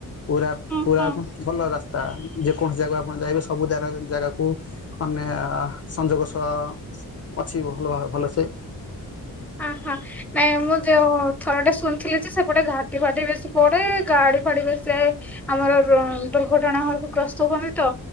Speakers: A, on the left (about 45°); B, in the centre.
A: ପୁରା
B: ହୁଁ
A: ପୁରା
B: ହୁଁ
A: ଭଲ ରାସ୍ତା ଯେକୌଣସି ଜାଗା ଆପଣ ଯାଇବେ ସବୁ ଜାଗାକୁ ମାନେ ସଂଯୋଗ ସହ ଅଛି। ଭଲ ଭଲସେ।
B: ଆ ହଁ ନାଇଁ ମୁଁ ଯେଉଁ ଥରଟେ ଶୁଣିଥିଲି, ଯେ ସେପଟେ ଘାଟି ଫାଟି ବେଶି ପଡ଼େ ଗାଡ଼ି ଫାଡ଼ି ବେଶୀ ଯାଏ ଆମର ଦୁର୍ଘଟଣା ଘଳକୁ ଗ୍ରସ୍ତ ହୁଅନ୍ତି ତ,